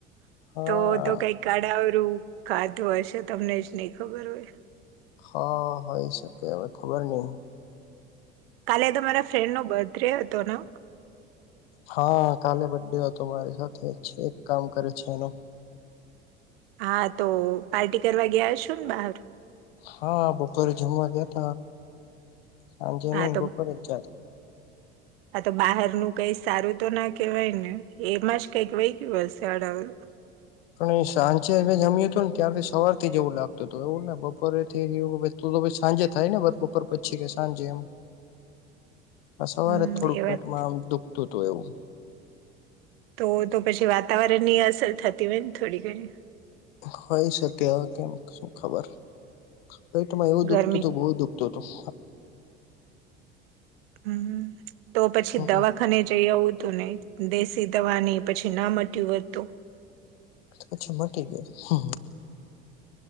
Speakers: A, on the left; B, on the right.
A: હા
B: તો તો કઈક કાડાવરું ખાતું હશે તમને જ નહ ખબર હોય
A: હા હોઈ શકે હવે ખબર નહી
B: કાલે તો મારા ફ્રેન્ડ નો બર્થડે હતો ને
A: હા કાલે બર્થડે હતો મારી સાથે છે એક કામ કરે છે એનું
B: હા તો પાર્ટી કરવા ગયા છો ને બહાર
A: હા બપોરે જમવા ગયા ત સાંજે નહી
B: હા
A: બપોરે જ જાતા <inaudible>
B: આ તો બહાર નું કઈ સારું તો ના કહેવાય ને એમાં જ કઈક વહી ગયું હશે અડાવરું
A: પણ એ સાંજે મે જમ્યું હતું ને ત્યારથી સવાર થી એવું લાગતું હતું એવું ને બપોરે થી એવું તો તો ભ સાંજે થાય ને વાત બપર પછી કે સાંજે એમ આ સવારે
B: હમ
A: થોડુંક
B: એ
A: પેટમાં
B: વાત
A: આમ દુખતું હતું એવું
B: તો તો પછી વાતાવરણ ની અસર થતી હોય ને થોડી ઘણી,
A: હોય શકે કેમ શું ખબર પેટમાં એવું દુખતું
B: ગરમી
A: હતુ બહુ દુખું તો તો <unintelligible>
B: હમ્મ તો પછી
A: હમ
B: દવા ખને જઈ આવું હતું ને દેશી દવાની પછી ના મટ્યું વધતું
A: પછી મટી ગયું <unintelligible>